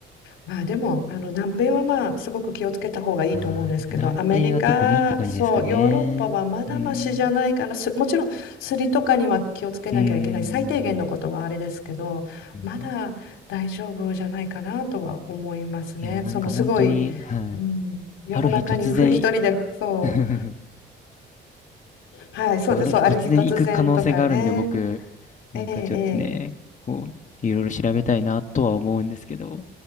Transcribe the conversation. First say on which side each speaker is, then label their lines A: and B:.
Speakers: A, on the left (about 85°); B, on the left (about 40°).
A: まあでも、あの南米はまあすごく気をつけた方がいいと思うんですけど、
B: ああ、やっぱ南米は特にって感じですかね。
A: アメリカ、そう、ヨーロッパはまだましじゃないかな、
B: うん。
A: すもちろんすりとかには気をつけなきゃいけない、
B: うん。う
A: 最低限のことはあれですけど、
B: ん。うんうん
A: まだ大丈夫じゃないかなとは思いますね。
B: いや、なんか本当に、
A: そのすごい、
B: はい。
A: うん、夜中にふ一人で、
B: ある日突然、
A: そう、
B: <laughs>
A: はい、そうです、
B: ある日突然行く可能性があるんで、
A: そう、ある日突然とかね、
B: 僕、なんかちょっとね、
A: ええええ
B: こう、いろいろ調べたいなとは思うんですけど、